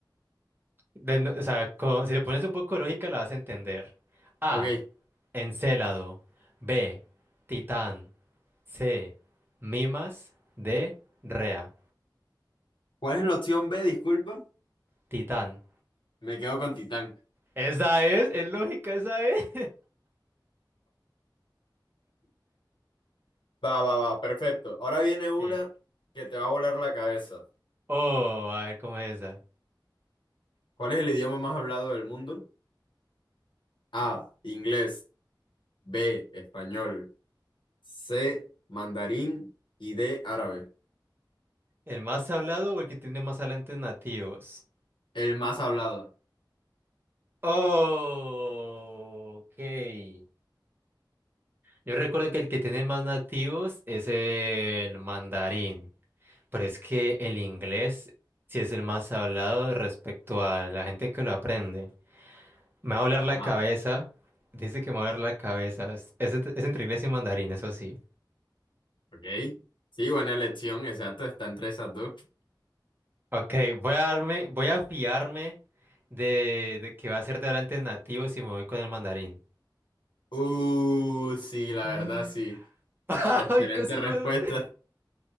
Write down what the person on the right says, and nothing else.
Del no- o sea, co- si le pones un poco de lógica, la vas a entender. A.
Encélado. B. Titán. C. Mimas. D. Rea.
Titán.
Esa es, es lógica, esa es.
<laughs>
Oh, a ver cómo es esa.
¿El más hablado o el que tiene más hablantes nativos?
Oh, ok. Yo recuerdo que el que tiene más nativos es el mandarín, pero es que el inglés sí es el más hablado respecto a la gente que lo aprende. Me va a doler
la cabeza. Dice que me va a doler la cabeza. Es, es entre es entre inglés y mandarín, eso sí.
Ok, voy a darme, voy a fiarme de, de que va a ser de hablantes nativos y me voy con el mandarín.
Mm.
<laughs>
Ay, casi
me,